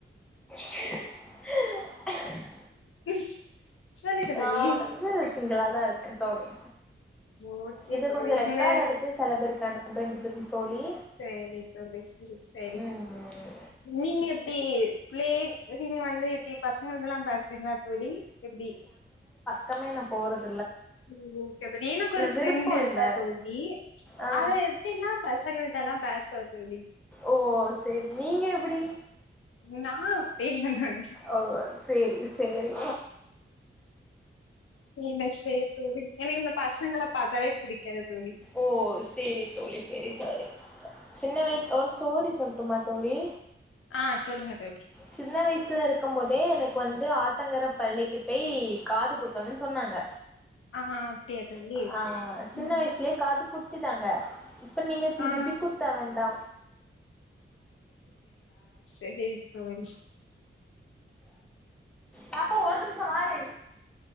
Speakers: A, in the centre; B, on the left.
A: <unintelligible>
B: <inaudible>
A: நா
B: தோழி
A: வந்து சிங்களாதா இருக்கே தோழி
B: ஓகே
A: இது
B: போறீங்கள
A: கொஞ்ச ரெக்கார்ட் எடுத்து செலபேருக்கு அனுப்ப வேண்டியது இருக்கும் தோழி
B: சரி தோழி சரி சரி
A: ம் ம்
B: நீங்க எப்டி பிள்ளே நேத்து நீங்க வந்து எப்டி பசங்களுக்குலா பேசுவீங்ளா தோழி எப்டி
A: கம்மே நா போறது
B: ம் ம் கேக்குது எனக்கு ஒரு ஃப்ரெண்ட்
A: விருப்போ
B: இருக்கா
A: இல்ல
B: தோழி
A: ஆ
B: அவ எப்டினா பசங்கள்ட்ட எல்லா பேஷா தோழி
A: ஓ சேரி நீங்க எப்டி
B: நா அப்டில்ல தோழி
A: ஓ சேரி சேரி
B: என்ன செய்ய தோழி எனக்கு இந்த பசங்கள பாத்தாவே புடிக்காது தோழி
A: ஓ சேரி தோழி சேரி தோழி சின்ன வயசுல ஒரு ஸ்டோரி சொல்ட்டுமா தோழி
B: ஆ சொல்லுங்க தோழி
A: சின்ன வயசுல இருக்கும் போதே எனக்கு வந்து ஆத்தங்கர பள்ளிக்கு பேய் காது குத்தணுன் சொன்னாங்க
B: ஆ அப்டியா தோழி
A: ஆ சின்ன
B: ம்
A: வயசுலே காது குத்திட் ட்டாங்க இப்ப நீங்க திருப்பி
B: ஆ
A: குடுத்த வேண்டா
B: எங்க இப்பவர
A: பாப்பா ஒரு நிமிஷம் மாறி